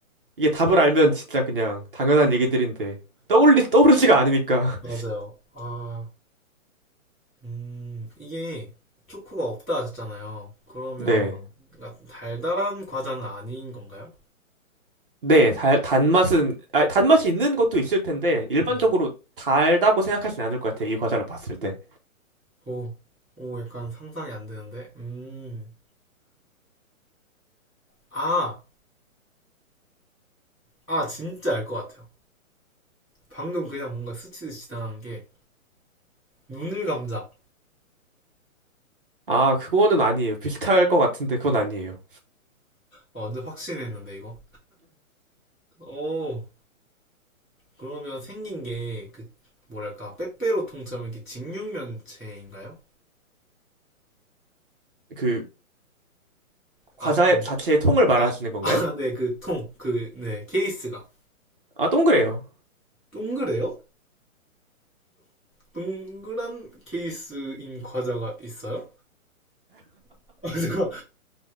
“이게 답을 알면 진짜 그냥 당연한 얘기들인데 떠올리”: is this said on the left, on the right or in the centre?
Right